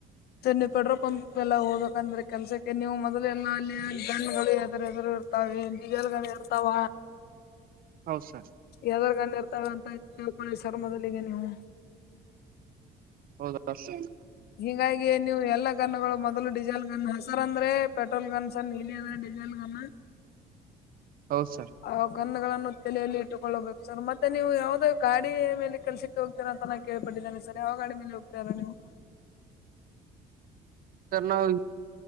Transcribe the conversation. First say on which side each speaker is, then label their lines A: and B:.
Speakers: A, on the left; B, on the right.
A: ನೀವು ಪೆಟ್ರೋಲ್ ಪಂಪ್ ಎಲ್ಲ ಹೋಗ್ಬೇಕಂದ್ರೆ ಕೆಲ್ಸಕ್ಕೆ ನೀವು ಮೊದ್ಲ್ಲ ಎಲ್ಲ ಅಲ್ಲಿ ಜನಗಳು ಹೆದ್ರದ್ರ ತಾವೇನ್ ಡಿ ಎಲ್ ಗಳೂ ಇರ್ತಾವ
B: ಹೌದ್ ಸರ್
A: ಎದ್ದ್ರ ಗಂಡ್ಣ ಇರ್ತಾವ ಅಂತ ತಿಳ್ಕೊಳ್ಳಿ ಸರ್ ಮೊದಲಿಗೆ ನೀವು
B: ಹೌದ್ ಅಲ್ಲ ಸರ್
A: ಹೀಗಾಗಿ ನೀವು ಎಲ್ಲಾ ಗನ್ನಗಳು ಮೊದಲು ಡೀಸೆಲ್ ಗನ್ ಹ ಸರ್ ಅಂದ್ರೆ ಪೆಟ್ರೋಲ್ ಗನ್ ಸಣ ನೀಲಿದಾ ಡಿಜಲ್ ಗನ್ ಹಾ
B: ಹೌದು ಸರ್
A: ಆ ಗನ್ನಗಳನ್ನು ತಲೆಯಲ್ಲಿ ಇಟ್ಟುಕೊಳ್ಳಬೇಕು ಸರ್ ಮತ್ತೆ ನೀವು ಯಾವವುದೋ ಗಾಡಿ ಮೇಲೆ ಕೆಲ್ಸಕ್ಕೆ ಹೋಗ್ತಾರಾಂತ ನಾ ಕೇಳಪಟ್ಟಿದ್ದೇನೆ ಸರ್ ಯಾವ ಗಾ ಮೇಲೆ ಹೋಗತಾರಾ ನೀವು
B: ಸರ್ ನಾವು